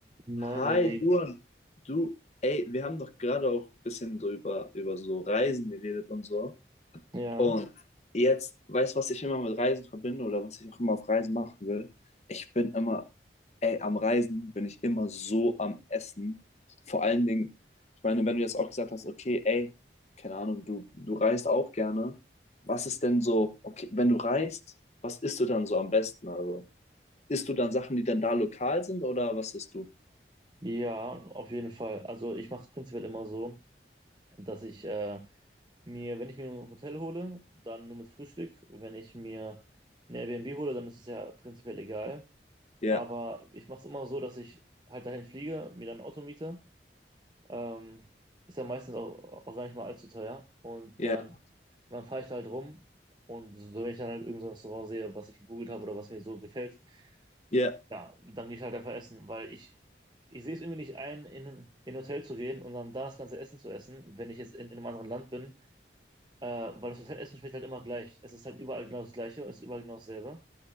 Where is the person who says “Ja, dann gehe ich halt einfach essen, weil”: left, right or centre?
Right